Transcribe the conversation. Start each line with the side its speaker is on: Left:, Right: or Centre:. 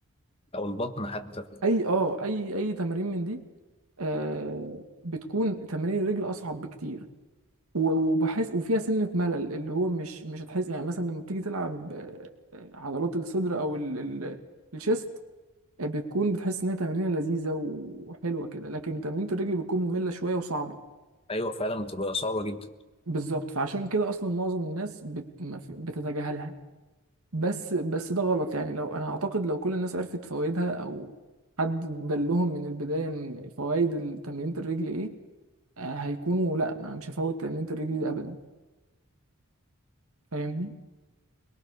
Left: أو البطن حتى
Right: اي اه اي اي تمارين من دي آه بتكون تمارين الرجل اصعب بكتير و- وبحس وفيها سنة ملل اللي هو مش مش هتحس يعني مثلا لما بتيجي تلعب آه، آه، عضلات الصدر او ال- ال- الشيست آه، بتكون بتحس ان هي تمرينه لذيذه وحلوه كده لكن تمرينه الرجل بتكون ممله شويه وصعبه
Left: أيوه فعلا بتبقى صعبة جدا
Right: بالظبط فعشان كده اصلا معظم الناس بت... ما في- بتتجاهلها بس بس ده غلط يعني لو انا اعتقد لو كل الناس عرفت فوائدها او حد دلهم من البدايه ان فوائد تمرينة الرجل ايه آه، هيكونوا لا ما انا مش هفوت تمرينة الرجل دي ابدا فاهمني